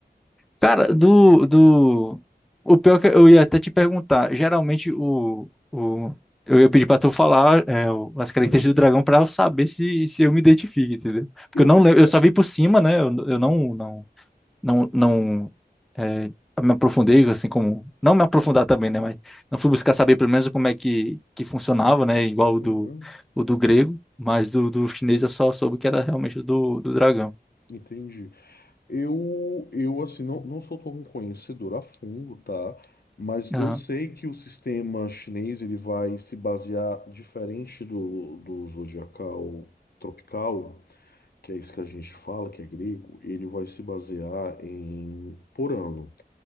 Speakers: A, in the centre; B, on the left.
A: Cara, do, do... O pior que eu ia até te perguntar, geralmente o, o... eu ia pedir pra tu falar é, o- as características
B: Uhum.
A: do dragão pra eu saber se, se eu me identifico, entendeu? Porque
B: Eu
A: eu não
B: confesso.
A: lembro, eu só vi por cima, né? Eu, eu
B: que-
A: não, não, não, não é, me aprofundei, assim como... Não me aprofundar também, né? Mas não fui buscar saber pelo menos como é que, que funcionava, né? Igual o
B: Uhum.
A: do, o do grego, mas do, do chinês eu só soube que era realmente o do, do dragão.
B: Entendi. Eu, eu assim, não, não sou tão conhecedor a fundo, tá? Mas
A: Aham.
B: eu sei que o sistema chinês ele vai se basear diferente do, do zodiacal tropical, que é isso que a gente fala, que é grego, ele vai se basear em por ano.